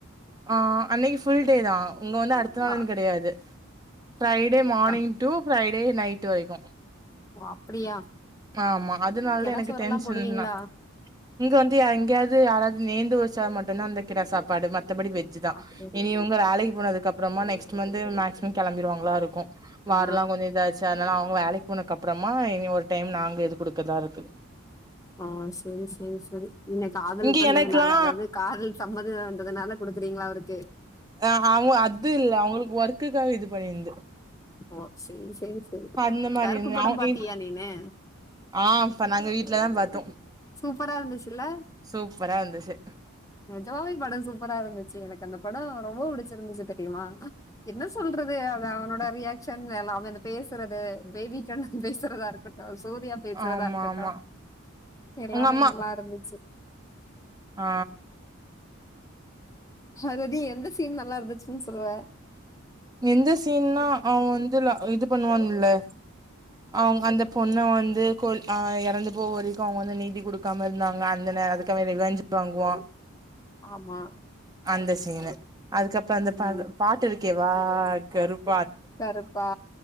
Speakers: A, on the right; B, on the left.
A: ஆ அன்னக்கி ஃபுல் டே தா உங்க வந்து அடுத்த நாள்ன்னு
B: கா
A: கெடையாது ஃப்ரைடே மார்னிங்
B: கா
A: டூ ஃப்ரைடே நைட் வரிக்கு
B: ஓ அப்டியா
A: ஆம்மா அதனாலதா
B: கெடா
A: எனக்கு
B: சோறெல்லா
A: டென்ஷன்
B: போடுவீங்களா
A: தா இங்க வந்து எங்கயாவுது யாராவுது நேந்து வச்சா மட்டும்தா அந்த கிடா சாப்பாடு மத்தபடி வெஜு தா
B: அப்டி
A: இனி இவுங்க வேலக்கு போனதுக்கு அப்றமா நெக்ஸ்ட் மந்து மேக்சிமம் கெளம்பிடுவாங்ளா இருக்கு
B: ஆ
A: வார்ல்லா கொஞ்சோ இதாச்சு சரி அதனால அவுங்க வேலக்கு போனதுக்குப்றோமா இனி ஒரு டைம் நாங்க இது குடுக்கறதா இருக்கு
B: ஓ சேரி சேரி சேரி என்ன காதல்
A: இங்க
B: பண்ணதுனால
A: எனக்கெல்லா
B: அதாவுது காதல் சம்மதிங்கறதுனால குடுக்குறீங்ளா அவுருக்கு
A: ஆ அவுங்க அத்து இல்ல அவுங்களுக்கு ஒர்க்குக்காக இது பண்ணியிருந்து
B: ஓ சேரி சேரி சேரி
A: அந்த மாரி
B: கருப்பு
A: இருந்து
B: படோ
A: அவ
B: பாத்தியா
A: இ
B: நீனு
A: ஆ அப்ப நாங்க வீட்ல தா பாத்தோ
B: சூப்பரா இருந்துச்சுல்ல
A: சூப்பரா இருந்துச்சு
B: நெஜமாவே படோ சூப்பரா இருந்துச்சு எனக்கு அந்த படோ ரொம்ப பிடிச்சிருந்துச்சு தெர் யுமா என்ன சொல்றது அவன் அவனோட ரியாக்ஷன் எல்லாமே அந்த பேசுறது பேபி கண்லா பேசுறதா இருக் இருக்கட்டு சூர்யா பேசுறதா
A: ஆமா
B: இருக்கட்டு
A: ஆமா
B: எல்லாமே
A: உங்க அம்மா
B: நல்லா இருந்துச்சு
A: ஆ
B: ஹததீ எந்த சீன் நல்லா இருந்துச்சுன்னு சொல்வ
A: எந்த சீன்ன்னா அவன் வந்து இது பண்வான்ல அவுங்க அந்த பொண்ணு வந்து கோ அ எறந்து போவ வரைக்கு அவுங்க வந்து நீதி குடுக் க்காம இருந்தாங்க அந்த நே அதுக்காக ரிவெஞ்சு வாங்குவா
B: ஆமா
A: அந்த சீனு அதுக்கப்றோ அந்த
B: ம்
A: பா பாட்டு இருக்கே வா கருப்
B: கருப்பா